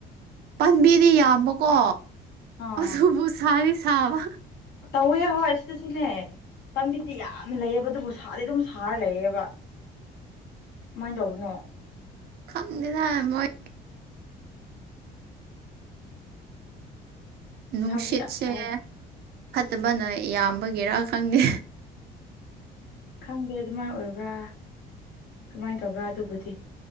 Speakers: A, on the right; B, on the left.
A: ꯄꯥꯟꯕꯤꯗꯤ ꯌꯥꯝꯕꯀꯣ
B: ꯑꯥ
A: ꯑꯗꯨꯕꯨ ꯁꯥꯗꯤ ꯁꯥꯕ
B: ꯇꯧꯋꯦ ꯍꯣꯏ ꯁꯤꯗ ꯁꯨꯅꯦ ꯄꯥꯝꯕꯤꯗꯤ ꯌꯥꯝꯅ ꯂꯩꯌꯦꯕ ꯑꯗꯨꯕꯨ ꯁꯥꯗꯤ ꯑꯗꯨꯝ ꯁꯥꯔ ꯂꯩꯌꯦꯕ ꯀꯃꯥꯏꯅ ꯇꯧꯕꯅꯣ
A: ꯈꯪꯗꯦꯗ ꯃꯣꯏ ꯅꯨꯡꯁꯤꯠꯁꯦ
B: ꯁꯥꯕꯗꯤ ꯌꯥꯝ ꯁꯥꯏ
A: ꯐꯠꯇꯕꯅ ꯌꯥꯝꯕꯒꯤꯔꯥ ꯈꯪꯗꯦ
B: ꯈꯪꯗꯦ ꯑꯗꯨꯃꯥꯏꯅ ꯑꯣꯏꯕ꯭ꯔꯥ ꯀꯃꯥꯏꯅ ꯇꯧꯕ꯭ꯔꯥ ꯑꯗꯨꯕꯨꯗꯤ